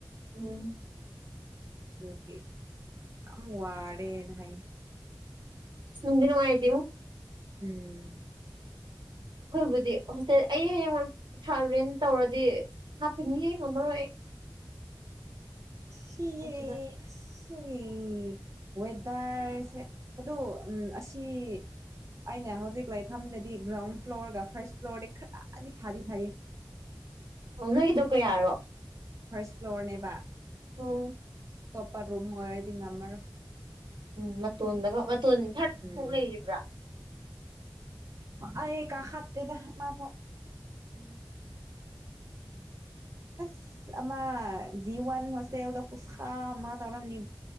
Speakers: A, on the right (about 80°); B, on the right (about 40°).
A: ꯎꯝ
B: ꯑꯗꯨꯒꯤ ꯌꯥꯝ ꯋꯥꯔꯦꯅ ꯍꯥꯏ
A: ꯗꯤꯅꯅꯨꯡ ꯃꯥꯥꯏꯇꯃ
B: ꯎꯝ
A: ꯍꯣꯏꯕꯨꯗꯤ ꯍꯦ ꯑ ꯍꯡ ꯊꯥꯨꯔꯦꯟ ꯇꯧꯔꯗꯤ ꯍꯥꯞꯄꯅꯤꯍꯦ ꯉꯝꯃꯔꯣꯏ
B: ꯁꯤꯦ
A: ꯑꯩ ꯁꯤꯗ
B: ꯁꯤꯒꯤ ꯋꯦꯗꯔꯁꯦ ꯑ ꯑꯁꯤ ꯑꯩꯅ ꯍꯧꯖꯤꯛ ꯂꯐꯝꯗꯗꯤ ꯒ꯭ꯔꯥꯎꯟ ꯐ꯭ꯂꯣꯔꯒ ꯐꯥꯔꯁ ꯐ꯭ꯂꯣꯔꯗꯤ ꯈꯔꯗꯤ ꯐꯥꯗꯤ ꯐꯩꯌꯦ
A: ꯑꯣ ꯅꯣꯏꯒꯤꯗꯣ ꯀꯌꯥꯔꯣ
B: ꯐꯥꯔ꯭ꯁ ꯐ꯭ꯂꯣꯔꯅꯦꯕ
A: ꯍ
B: ꯑꯇꯣꯞꯄ ꯔꯨꯝ ꯑꯣꯏꯔꯗꯤ ꯉꯝꯃꯔꯣꯏ
A: ꯎꯝ ꯃꯇꯣꯟꯗꯀ ꯃꯇꯣꯟ ꯊꯔ
B: ꯎꯝ
A: ꯊꯣꯛꯨ ꯂꯩꯔꯤꯕ꯭ꯔꯥ
B: ꯑꯩ ꯀꯥ ꯍꯦꯗ ꯃꯥ ꯄ
A: ꯎꯝ
B: ꯑꯁꯥ ꯖꯤ ꯋꯥꯟ ꯍꯣꯁꯇꯦꯜꯗ ꯈꯨꯨꯁꯀ ꯃꯥ ꯇꯧꯔꯝꯅꯤ